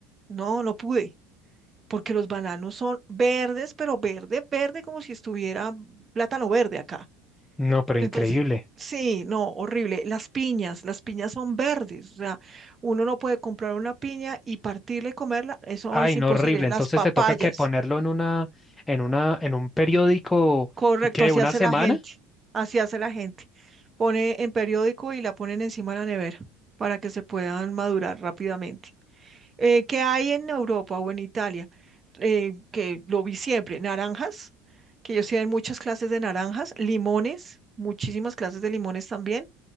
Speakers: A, on the right (about 30°); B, on the left (about 15°).
A: No, no pude, porque los bananos son verdes, pero verde, verde, como si estuviera plátano verde acá.
B: No, pero increíble.
A: Entonces, sí, no, horrible. Las piñas, las piñas son verdes, o sea, uno no puede comprar una piña y partirla y comerla, eso
B: Ay,
A: es
B: no,
A: imposible.
B: horrible. Entonces
A: Las papayas,
B: te toca que ponerlo en una, en una, en un periódico,
A: correcto,
B: ¿qué?
A: así
B: ¿Una
A: hace
B: semana?
A: la gente, así hace la gente. Pone en periódico y la ponen encima de la nevera para que se puedan madurar rápidamente. Eh, ¿qué hay en Europa o en Italia? Eh, que lo vi siempre, naranjas, que ellos tienen muchas clases de naranjas, limones, muchísimas clases de limones también